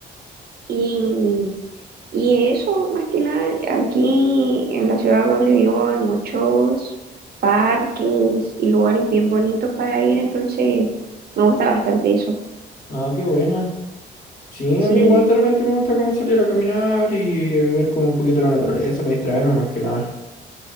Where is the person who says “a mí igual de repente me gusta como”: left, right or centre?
Left